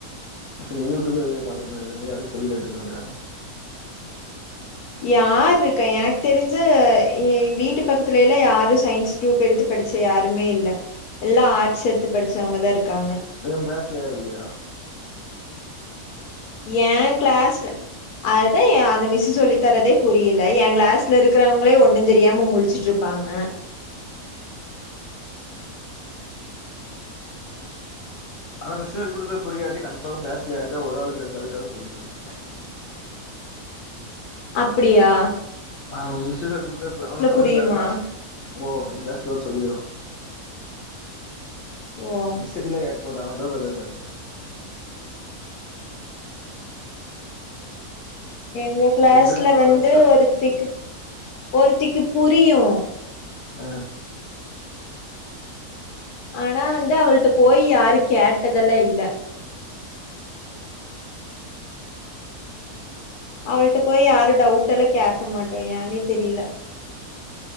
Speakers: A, on the left; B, on the left.
A: பஸ்ட்டு யூடிப்ல இதே பாத்திருக்க வேண்டியது தானே யார்கிட்டயு சொல்லி கேட்ருக்க வேண்டியதானே
B: யாருக்கா எனக்கு தெருஞ்சுஏ வீட்டு பக்கத்துலயெல்லா யாரு சயின்ஸ் குரூப் எடுத்து படிச்ச யாருமே இல்ல எல்லா ஆர்ட்ஸ் எடுத்து படிச்சவுங்க தா இருக்காங்க
A: ஐய்யோ உங்க க்ளாஸ்ல யாரு இல்லையா
B: ஏ க்ளாஸ்ல அதுதா ஏ அந்த மிஸ் சொல்லி தர்றதே புரியல எ க்ளாஸ்ல இருக்குறவுங்களே ஒண்ணு தெரியாம முழிச்சுட்ருப் ப்பாங்க
A: அந்த மிஸ் சொல்லி குடுக்கிறது புரியாட்டி கன்ஃபாமா க்ளாஸ்ல யாருக்காவது ஒரு ஆளுக்கு ரெண்டு ஆளுக்குகாது புருஞ்சுருக்கு
B: அப்புடியா
A: ஆமா மிஸ் சொல்லி குடுக்குறது பப அவனு கவனிப்ப
B: புரியுமா
A: வ வ ஓ எ க்ளாஸ்ல வச்சு சொல்லி தருவாங்க
B: ஓ
A: மிஸ் <unintelligible> அவன்ட்ட தா போய் எல்லாரு கேப்பாங்க
B: எங்க க்ளாஸ்ல
A: எக்ஸாம்க்கு
B: வந்து
A: வர அன்னைக்கு கா
B: ஒருத்திக்கு ஒருத்திக்கு புரியு
A: அ
B: ஆனா வந்து அவள்ட போய் யாரு கேட்டதெல்லா இல்ல அவள்ட்ட போய் யாரு டவுட் எல்லா கேக்க மாட்டோ ஏன்னே தெரியில